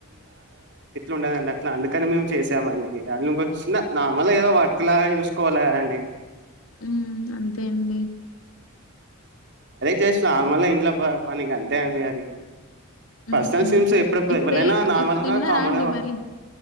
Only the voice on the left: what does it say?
ఉ అంతే అండి
ఉహు
ఇప్పుడే
ఇప్పుడు తిన్నారా
అండి
మరి